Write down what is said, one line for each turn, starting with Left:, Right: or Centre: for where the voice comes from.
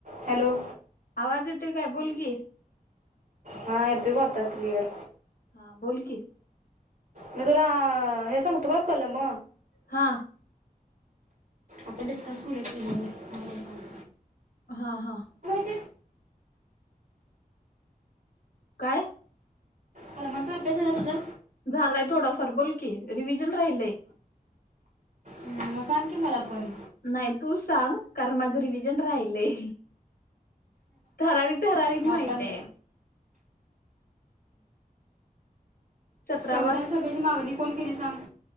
Right: हॅलो!
Left: आवाज येतोय काय बोल की.
Right: हा येतोय आता क्लिअर.
Left: हा बोल की.
Right: मी तुला हे सांग तू का कलम.
Left: हा
Right: आपण डिस्कस करूया कलमावर
Left: हा हा
Right: <unintelligible>
Left: काय
Right: कलमाचा अभ्यास झाला तुझा?
Left: झालाय थोडाफार बोल की रिव्हीजन राहिलय.
Right: मग सांग की मला आपण.
Left: नाही तूच सांग कारण माझं रिव्हीजन राहिलय. ठराविक ठराविक
Right: मग आपण
Left: माहितेत. सतरावा
Right: संविधान सभेची मागणी कोण केली सांग?